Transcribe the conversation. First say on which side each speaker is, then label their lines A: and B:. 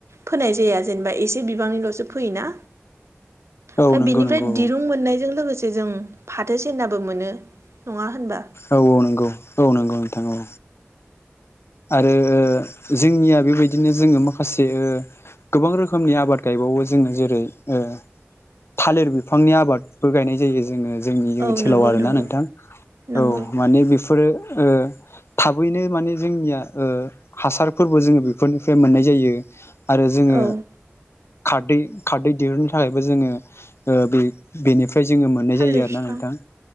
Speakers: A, on the right (about 85°); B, on the left (about 65°).
A: फोनाय जाया जेनेबा एसे बिबांनिल'सो फैयोना।
B: औ
A: फ्राय
B: नंगौ
A: बेनिफ्राय
B: नंगौ
A: दिरुं
B: औ
A: मोननायजों लोगोसे जों फाथो सिनाबो मोनो। नङा होनबा
B: औ औ नंगौ औ नंगौ नोंथां औ। आरो जोंनिया बेबायदिनो जोङो माखासे ओ गोबां रोखोमनि आबाद गायबावो जोंना जोङो जेरै थालिर बिफांनि आबादबो गायनाय जायो जोङो जोंनि
A: औ
B: ओनसोलाव
A: नंगौ
B: आरोना
A: नंगौ
B: नोंथां
A: नंगौ
B: औ माने बेफोरो ओ थाबैनो माने जोंनिया ओ हासारफोरबो जोङो बेफोरनिफ्राय मोननाय जायो। आरो जोङो
A: औ
B: खारदै- खारदै दिरुननो थाखायबो जोङो ओ बि बिनिफ्राय जोङो मोननाय
A: थालिर
B: जायो
A: बिफां
B: आरोना नोंथां